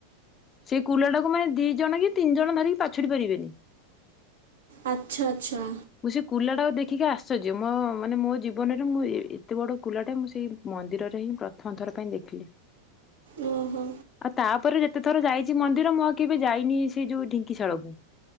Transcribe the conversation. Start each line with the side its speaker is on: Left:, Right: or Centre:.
Left: ସେଇ କୁଲା ଟାକୁୁ ମାନେ ଦି ଜଣ କି ତିନି ଜଣ ଧରିକି ପାଛୁଡି ପାରିବେନି।
Right: ଆଚ୍ଛା ଆଚ୍ଛା।
Left: ମୁଁ ସେ କୁଲାଟାକୁ ଦେଖିକି ଆଶ୍ଚର୍ଯ୍ୟ ମୋ ମାନେ ମୋ ଜୀବନରେ ମୁଁ ଏ ଏତେ ବଡ଼ କୁଲାଟା ମୁଁ ସେଇ ମନ୍ଦିରରେ ହିଁ ପ୍ରଥମ ଥର ପାଇଁ ଦେଖିଲି।
Right: ଓ ହୋ।
Left: ଆଉ ତାପରେ ଯେତେ ଥର ଯାଇଛି ମନ୍ଦିର ମୁଁ ଆଉ କେବେ ଯାଇନି ସେଇ ଯୋଉ ଢିଙ୍କିଶାଳ କୁ।